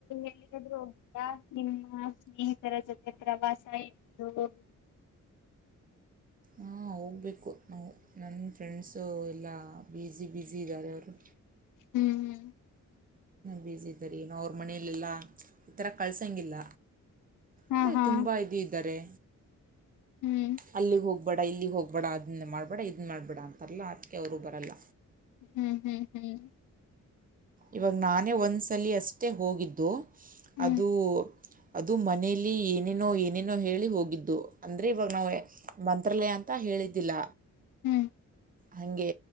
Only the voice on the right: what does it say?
ಹಾ ಹೋಗ್ಬೇಕು ನಾವು ನನ್ನ ಫ್ರೆಂಡ್ಸ್ ಸೊ ಎಲ್ಲ ಬೀಸಿ ಬಝಿ ಇದ್ದಾರೆ ಅವರು
ಬಸಿ ಇದ್ದರಿೀ ಅವ್ರ ಮನಲಿಲ್ಲ ಈಥರ ಕಳ್ಸಂಗಿಲ್ಲ
ಅದೇ
ತುಂಬ ಇದು ಇದ್ದಾರೆ
ಅಲ್ಲಿ ಹೋಗ ಹೋಗ್ಬೇಡ ಇಲ್ಲಿಗೆ ಹೋಗ್ಬೇಡ ಅದನ್ನ ಮಾಡಬೇಡ ಇದನ್ನ ಮಾಡಬೇಡ ಅಂತಲ್ಲ ಅದಕ್ಕೆ ಅವರು ಬರಲ್ಲ
ಇವಾಗ ನಾನೇ ಒಂದ್ಸಲ ಅಷ್ಟೇ ಹೋಗಿದ್ದು
ಅ ಅದು ಮನೇಲಿ ಏನೇನೋ ಏನೇನೋ ಹೇಳಿ ಹೋಗಿದ್ದು ಅಂದರೆ ಇವಾಗ ನಾವು ಮಂತ್ರಾಲಯ ಅಂತ ಹೇಳಿದ್ದಿಲ್ಲ
ಹಾಗೆ